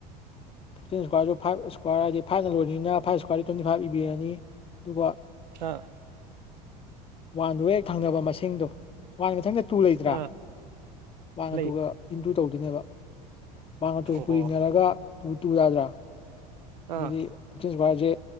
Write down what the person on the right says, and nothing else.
ꯍꯥ
ꯑꯥ
ꯂꯩ
ꯑꯣꯍꯣ
ꯑꯥ